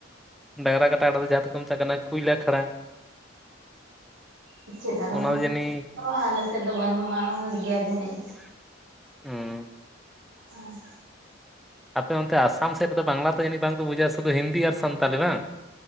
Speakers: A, in the centre; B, on the right.
A: ᱰᱟᱜᱨᱟ ᱠᱟᱴᱟ ᱟᱲᱟᱜ ᱫᱚ ᱡᱟᱦᱟᱸ ᱫᱩ ᱠᱚ ᱢᱮᱛᱟᱜ ᱠᱟᱱᱟ ᱠᱩᱭᱞᱟ ᱠᱷᱟᱲᱟ
B: <unintelligible>
A: ᱚᱱᱟ ᱫᱚ ᱡᱟᱹᱱᱤᱡ
B: ᱫᱚ ᱵᱟᱝ ᱟᱞᱮ ᱥᱮᱫ ᱫᱚ ᱵᱟᱹᱱᱩᱜᱼᱟ ᱜᱮᱭᱟ ᱡᱟ ᱡᱟᱹᱱᱤᱡ
A: ᱚᱸ
B: ᱦᱮᱸ
A: ᱟᱯᱮ ᱚᱱᱛᱮ ᱟᱥᱟᱢ ᱥᱮᱫ ᱠᱚᱫᱚ ᱵᱟᱝᱞᱟ ᱫᱚ ᱡᱟᱱᱤᱡ ᱵᱟᱝᱠᱚ ᱵᱩᱡᱷᱟ ᱥᱩᱫᱩ ᱦᱤᱱᱫᱤ ᱟᱨ ᱥᱟᱱᱛᱟᱞᱤ ᱵᱟᱝ